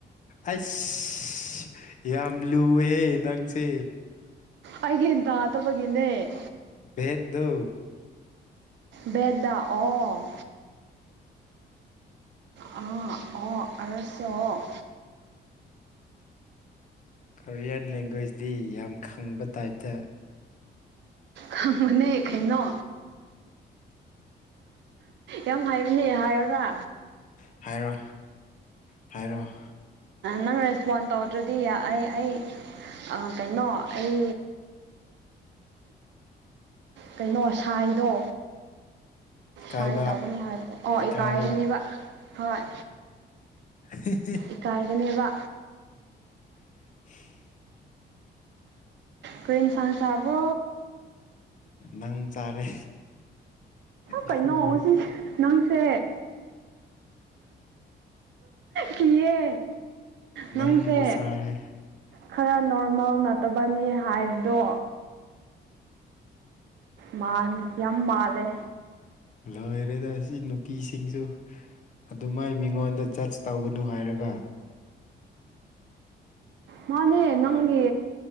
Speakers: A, on the left; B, on the right.
A: ꯑꯁ ꯌꯥꯝ ꯂꯨꯑꯦꯍꯦ ꯅꯪꯁꯦ
B: ꯑꯩꯒꯤ ꯏꯟ ꯇꯗꯕꯒꯤꯅꯦ
A: ꯕꯦꯗ
B: ꯕꯦꯗꯥꯑꯣ ꯑꯥ ꯑꯣ ꯑꯣ ꯑꯣ
A: ꯀꯣꯔꯤꯌꯥꯟ ꯂꯦꯡꯒ꯭ꯋꯦꯖꯇꯤ ꯌꯥꯝ ꯈꯪꯕ ꯇꯥꯏꯞꯇ
B: ꯈꯪꯅꯦ ꯑꯩꯈꯥꯏꯅꯣ ꯌꯥꯝ ꯍꯥꯏꯕꯅꯦ ꯍꯥꯏꯔꯔꯕ
A: ꯍꯥꯏꯔꯣ ꯍꯥꯏꯔꯣ
B: ꯅꯪ ꯔꯦꯁꯄꯣꯟ ꯇꯧꯗ꯭ꯔꯗꯤ ꯑꯩ ꯑꯩ ꯀꯩꯅꯣ ꯑꯩ ꯀꯩꯅꯣ ꯁꯥꯏꯗꯣ
A: ꯏꯀꯥꯏꯕ
B: ꯁꯨꯥꯏ ꯇꯧꯒꯅꯤ ꯍꯥꯏꯕꯗꯣ ꯑꯣ
A: ꯏꯀꯥꯏꯕ
B: ꯏꯒꯥꯏꯔꯅꯦꯕ ꯍꯣꯏ
A: ꯀ
B: ꯏꯀꯥꯏꯒꯅꯦꯕ
A: <unintelligible>
B: ꯀ꯭ꯔꯔꯤꯦꯟꯁꯥꯟꯁꯦ ꯑꯕꯣ
A: ꯅꯪ ꯆꯥꯔꯦ
B: ꯀꯩꯅꯣ
A: ꯅꯪꯕꯨ
B: ꯉꯁꯤꯁꯦ ꯅꯪꯁꯦ ꯀꯤꯌꯦ ꯅꯪꯁꯦ
A: ꯅꯪꯕꯨ ꯆꯥꯔꯦ
B: ꯈꯔ ꯅꯣꯔꯃꯦꯜ ꯅꯠꯇꯕꯅꯤ ꯍꯥꯏꯕꯗꯣ ꯃꯥ ꯌꯥꯝ ꯃꯥꯜꯂꯦ
A: ꯂꯣꯏꯔꯦꯗ ꯁꯤ ꯅꯨꯄꯤꯁꯤꯡꯁꯨ ꯑꯗꯨꯃꯥꯏ ꯃꯤꯉꯣꯟꯗ ꯖꯁ ꯇꯧꯒꯅꯨ ꯍꯥꯏꯔꯒ
B: ꯃꯥꯅꯦ ꯅꯪꯒꯤ